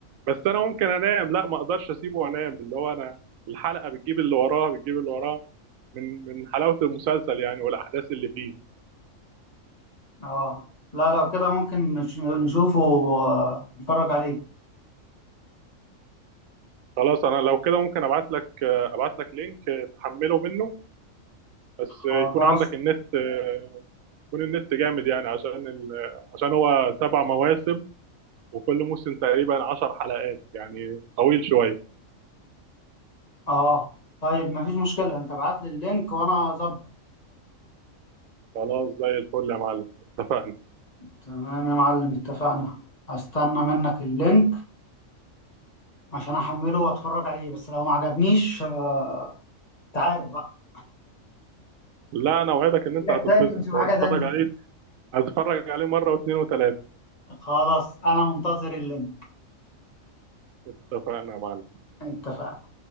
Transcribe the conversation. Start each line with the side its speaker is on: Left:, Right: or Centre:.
Right: بس انا ممكن انام لا ما اقدرش اسيبه وانام اللي هو انا الحلقه بتجيب اللي وراها بتجيب اللي وراها من من حلاوه المسلسل يعني والاحداث اللي فيه
Left: اه لا لو كده ممكن نش- نشوفه آه، ونتفرج عليه
Right: خلاص انا لو كده ممكن ابعت لك آه، ابعت لك لينك آه، تحمله منه بس آه،
Left: خلاص
Right: يكون عندك النت آه، يكون النت جامد يعني عشان ال... عشان هو سبع مواسم وكل موسم تقريبا عشر حلقات يعني طويل شويه
Left: اه طيب مفيش مشكلة انت ابعت لي اللينك وانا اظبط
Right: خلاص زي الفل يا معلم اتفقنا
Left: تمام يا معلم اتفقنا هستنى منك اللينك عشان احمله واتفرج عليه بس لو ما عجبنيش آه، انت عارف بقى
Right: لا انا اوعدك ان انت
Left: اجيلك
Right: هتتبسط
Left: تاني ونشوف
Right: وهتتفرج
Left: حاجة تانية
Right: عليه هتفرج عليه مرة واثنين وثلاثة
Left: خلاص انا منتظر اللينك
Right: اتفقنا يا معلم
Left: اتفقنا